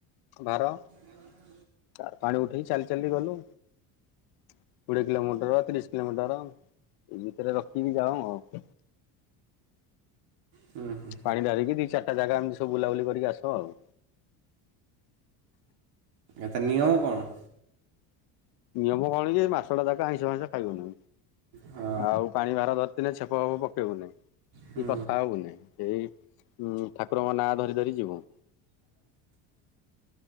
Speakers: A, on the left; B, on the right.
A: ଭାର
B: ହଁ
A: ତାର ପାଣି ଉଠେଇ ଚାଲି ଚାଲି ଗଲୁ କୋଡିଏ କିଲୋମିଟର, ତିରିଶ କିଲୋମିଟର, ଏଇ ଭିତରେ ରଖିକି ଯାଉଁ ଆଉ।
B: ହୁଁ ହୁଁ
A: ପାଣି ଢାଳିକିରି ଦି ଚାରିଟା ଜାଗା ଏମତି ସବୁ ବୁଲାବୁଲି କରିକି ଆସଉ ଆଉ।
B: ଏତେ ନିୟମ କଣ?
A: ନିୟମ କଣ କି, ଏଇ ମାସଟା ଯାକ ଆଇଁଷ ଫାଇଁସ ଖାଇବନି।
B: ହଁ
A: ଆଉ ପାଣି ଭାର ଧରି ଦିନେ ଛେପ ଫେପ ପକେଇବୁନି,
B: ହୁଁ
A: କି କଥା ହବୁନି, ଏଇ ହୁଁ ଠାକୁରଙ୍କ ନାଁ ଧରି ଧରି ଯିବୁ।